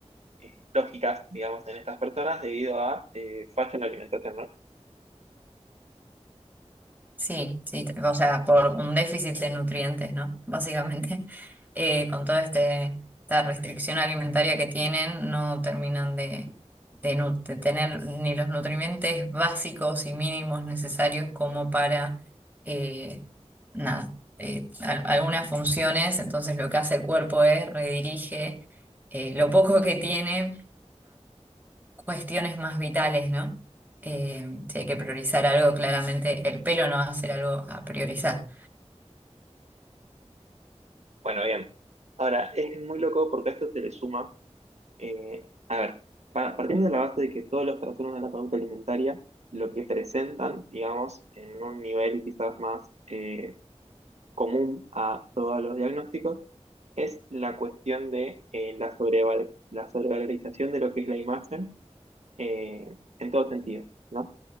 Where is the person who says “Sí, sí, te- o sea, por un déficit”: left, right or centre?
Right